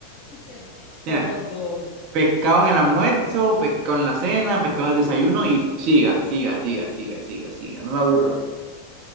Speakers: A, on the left; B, on the right.
A: <laughs>
B: Mira,
A: Somos dos.
B: pescado en el almuerzo, pescado en la cena, pescado en el desayuno y siga, siga, siga, siga, siga, siga. No me aburro.